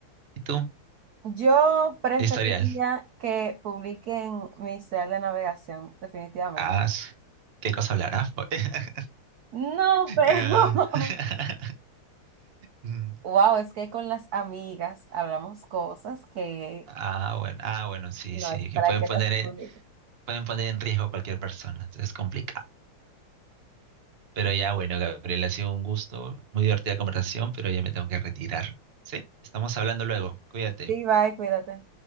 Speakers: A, on the right; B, on the right.
A: ¿Y tú?
B: Yo preferiría
A: Historial.
B: que publiquen mi historial de navegación, definitivamente.
A: Ah, su- ¿qué cosa hablarás? po? <laughs>
B: No, pero...
A: Ya. <laughs>
B: <laughs>
A: Mm.
B: Wow, es que con las amigas hablamos cosas que
A: Ah, bueno, ah, bueno, sí,
B: No,
A: sí,
B: es para
A: que pueden
B: que
A: poner,
B: las
A: en-
B: publique.
A: pueden poner en riesgo a cualquier persona, entonces es complicado. Pero ya, bueno, Gabriel, ha sido un gusto, muy divertida conversación, pero ya me tengo que retirar. ¿Sí? Estamos hablando luego, cuídate.
B: Sí, bye, cuídate.